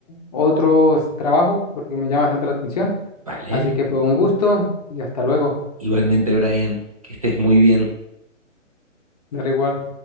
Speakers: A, on the left; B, on the right.
A: otros trabajos porque me llama bastante la atención,
B: Vale.
A: así que fue un gusto y hasta luego,
B: Igualmente, Brian, que estés muy bien.
A: dale igual.